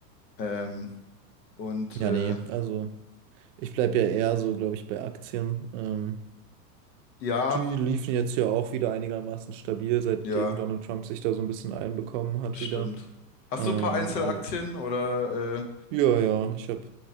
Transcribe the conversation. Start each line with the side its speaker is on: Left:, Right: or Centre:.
Left: Ähm, und
Right: Ja,
Left: äh,
Right: nee, also ich bleibe ja eher so, glaube ich, bei Aktien. Ähm,
Left: ja,
Right: Die liefen jetzt ja auch wieder einigermaßen stabil, seitdem
Left: ja,
Right: Donald Trump sich da so ein bisschen einbekommen hat
Left: das stimmt.
Right: wieder.
Left: Hast
Right: Ähm,
Left: du ein paar Einzelaktien
Right: also,
Left: oder äh,
Right: ja, ja, ich habe,